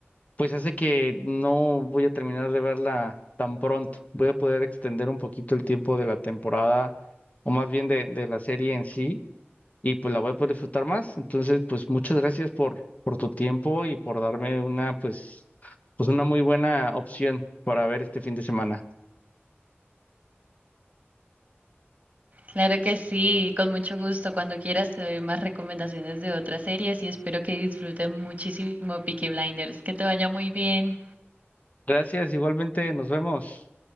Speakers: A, on the left (about 35°); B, on the right (about 30°).
A: pues hace que no voy a terminar de verla tan pronto. Voy a poder extender un poquito el tiempo de la temporada, o más bien de, de la serie en sí, y pues la voy a poder disfrutar más. Entonces, pues muchas gracias por, por tu tiempo y por darme una, pues, pues una muy buena opción para ver este fin de semana.
B: Claro que sí, con mucho gusto. Cuando quieras te doy más recomendaciones de otras series y espero que disfruten muchísimo Peaky Blinders. Que te vaya muy bien.
A: Gracias, igualmente, nos vemos.